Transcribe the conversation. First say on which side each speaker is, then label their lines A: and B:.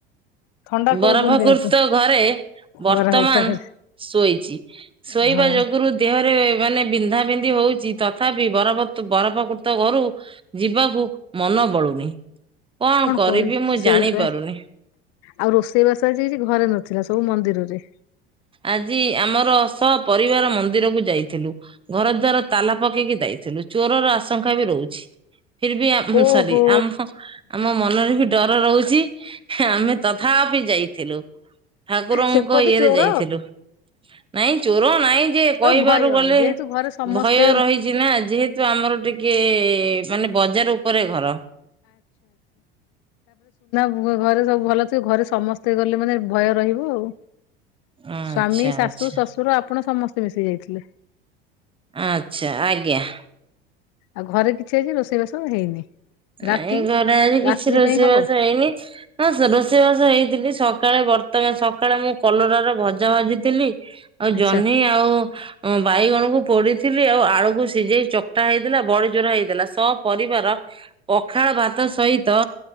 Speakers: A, on the left; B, on the right.
A: ଥଣ୍ଡା
B: ବରଫକୁର୍ତ
A: କରଉଛନ୍ତି ଦେହକୁ
B: ଘରେ ବର୍ତ୍ତମାନ୍
A: ବରା ଭର୍ତ୍ତା ଖାଇ
B: ଶୋଇଚି ଶୋଇବା
A: ହଁ
B: ଯୋଗୁରୁ ଦେହରେ ମାନେ ବିନ୍ଧା ବିନ୍ଧି ହୋଉଚି ତଥାପି ବରଫ ତୁ ବରଫକୁର୍ତ ଘରୁ ଯିବାକୁ ମନ ବଳୁନି କଣ କରିବି
A: କହ
B: ମୁଁ
A: ସେଇପା
B: ଜାଣି ପାରୁନି।
A: ଆଉ ରୋଷେଇବାସ ଆଜି କିଛି ଘରେ ନଥିଲା ସବୁ ମନ୍ଦିରରେ।
B: ଆଜି ଆମର ସପରିବାର ମନ୍ଦିର କୁ ଯାଇଥିଲୁ ଘର ଦ୍ବାର ତାଲା ପକେଇକି ଯାଇଥିଲୁ। ଥିଲୁ ଚୋରର ଆଶଙ୍କା ବି ରହୁଚି। ଫିର ବି
A: ଓହୋ
B: ସରି ଆମ ଆମ ମନରେ ବି ଡର ରହୁଚି ଆମେ ତଥା ବି ଯାଇଥିଲୁ ଠାକୁରଙ୍କ
A: ସେପଟେ
B: ଇଏରେ
A: ଚୋର
B: ଯାଇଥିଲୁ। ନାଇଁ ଚୋର ନାଇଁ ଯେ କହିବାରୁ
A: ଓ ଭୟ
B: ଗଲେ
A: ଯେହେତୁ ଘରେ ସମସ୍ତେ
B: ଭୟ ରହିଚି ନା ଯେହେତୁ ଆମର ଟିକେ ମାନେ ବଜାର ଉପରେ ଘର।
A: ମୁ ଘରେ ସବୁ ଭଲ ଥିବ, ଘରେ ସମସ୍ତେ ଗଲେ ମାନେ ଭୟ ରହିବ ଆଉ।
B: ଆଚ୍ଛା
A: ସ୍ଵାମୀ ଶାଶୁ
B: ଆଚ୍ଛା
A: ଶଶୁର ଆପଣ ସମସ୍ତେ ମିଶିକି ଯାଇଥିଲେ।
B: ଆଛା ଆଜ୍ଞା।
A: ଆଉ ଘରେ କିଛି ଆଜି ରୋଷେଇବାସ ହେଇନି। ରାତି
B: ଏଇ ଘରେ ଆଜି କିଛି
A: ରାତ୍ରି
B: ରୋଷେଇବାସ
A: ପାଇଁ ହବ
B: ହେଇନି ରୋଷେଇବାସ ହେଇଥିଲି ସ ସକାଳେ ବର୍ତମାନ ସକାଳେ ମୁଁ କଲରାର ଭଜା ଭାଜିଥିଲି ଆଉ
A: ଆଚ୍ଛା
B: ଜହ୍ନି ଆଉ ଅ ବାଇଗଣକୁ ପୋଡିଥିଲି ଆଉ ଆଳୁକୁ ସିଝେଇ ଚକଟା ହେଇଥିଲା ବଡି ଚୁରା ହେଇଥିଲା ସ ପରିବାର ପଖାଳ ଭାତ ସହିତ